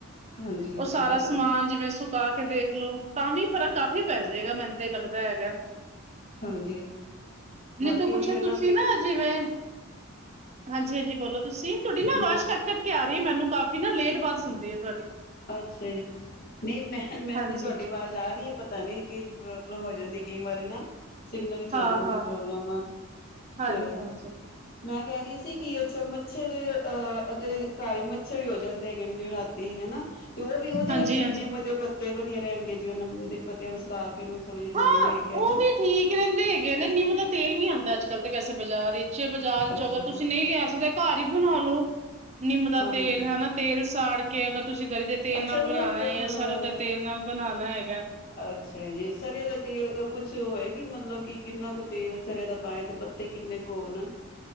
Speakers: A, on the left (about 45°); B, on the right (about 30°).
A: ਹਾਂਜੀ
B: ਉਹ ਸਾਰਾ
A: ਚਲੋ
B: ਸਮਾਨ ਜਿਵੇਂ ਸੁਕਾ ਕੇ ਦੇਖਲੋ ਤਾਂ ਵੀ ਫਰਕ ਕਾਫ਼ੀ ਪੈ ਜਾਵੇਗਾ ਮੈਨੂੰ ਤੇ ਲੱਗਦਾ ਹੈਗਾ
A: ਹਾਂਜੀ
B: ਨਹੀਂ
A: ਬਾਕੀ
B: ਤੇ ਕੁਛ
A: ਉਹੀ ਹੈ
B: ਤੁਸੀਂ
A: ਬ
B: ਨਾ ਜਿਵੇਂ ਹਾਂਜੀ ਹਾਂਜੀ ਬੋਲੋ ਤੁਸੀਂ ਤੁਹਾਡੀ ਨਾ
A: ਮੈਂ
B: ਆਵਾਜ਼ ਕੱਟ ਕੱਟ ਕੇ ਆ ਰਹੀ ਮੈਨੂੰ ਕਾਫੀ ਨਾ ਲੇਟ ਬਸ ਸੁਣਦੇ ਆ <unintelligible>
A: ਅੱਛਾ ਜੀ ਨਹੀਂ ਮੈਂ ਮੈਨੂੰ
B: ਹਾਂਜੀ
A: ਤੁਹਾਡੀ ਆਵਾਜ਼ ਆ ਰਹੀ ਹੈ ਪਤਾ ਨੀ ਕੀ ਪ੍ਰੌਬਲਮ ਹੋ ਜਾਂਦੀ ਏ ਕਈ ਵਾਰੀ ਨਾ ਸਿਗਨਲ ਚ
B: ਹਾਂ
A: ਹੋ ਜਾਂਦੀ
B: ਹਾਂ
A: ਆ ਪ੍ਰੋਬਲਮ
B: ਹਾਂਜੀ
A: ਤੇ
B: ਹਾਂਜੀ
A: ਮੈਂ ਕਹਿ ਰਹੀ ਸੀ ਕਿ ਅੱਛਾ ਮੱਛਰ ਅਹ ਅਗਰ ਘਰ ਮੱਛਰ ਵੀ ਹੋ ਜਾਂ <unintelligible> ਰਾਤੀ ਹਨਾ ਤੇ ਉਹ ਵੀ ਉਹਦੇ
B: ਹਾਂਜੀ
A: ਵਾਸਤੇ
B: ਹਾਂਜੀ
A: ਵੀ ਨਿਮ ਦੇ ਪੱਤੇ ਵਧੀਆ ਰਹਿਣਗੇ ਜਿਵੇਂ ਨਿੰਮ ਦੇ ਪੱਤੇ ਸੁਕਾ ਉਹਨੂੰ ਥੋੜ੍ਹੀ ਜਿਹੀ ਧੂਣੀ
B: ਹਾਂ
A: ਦੇ ਕੇ ਨਾ
B: ਉਹ ਵੀ ਠੀਕ ਰਹਿੰਦੇ ਹੈਗੇ ਆ ਨਾ ਨਿੰਮ ਦਾ ਤੇਲ ਵੀ ਆਉਂਦਾ ਅੱਜ ਕੱਲ੍ਹ ਤੇ ਵੈਸੇ ਬਾਜ਼ਾਰ ਵਿੱਚ ਬਾਜ਼ਾਰ ਚ
A: ਅੱਛਾ
B: ਅਗਰ ਤੁਸੀਂ ਨਹੀਂ ਲਿਆ ਸਕਦੇ ਘਰ ਹੀ ਬਣਾ ਲਓ ਨਿੰਮ ਦਾ
A: ਹਾਂਜੀ
B: ਤੇਲ ਹਨਾ ਤੇਲ ਸਾੜ ਕੇ ਕੇ ਅਗਰ ਤੁਸੀਂ ਗਰੀ ਦੇ ਤੇਲ
A: ਅੱਛਾ
B: ਨਾਲ
A: ਉਹਨੂੰ
B: ਬਣਾਉਣਾ
A: ਅਹ
B: ਹੈ ਜਾਂ ਸਰੋਂ ਦਾ ਤੇਲ ਨਾਲ ਬਣਾਣਾ ਹੈ
A: ਅੱਛਾ ਜੀ ਗਰੀ ਦਾ ਤੇਲ ਦਾ ਕੁਛ ਕਿ ਮਤਲਬ ਕਿ ਕਿੰਨਾ ਕੁ ਤੇਲ ਸਰੇ ਦਾ ਪਾਏ ਤੇ ਪੱਤੇ ਕਿੰਨੇ ਕੁ ਹੋਣ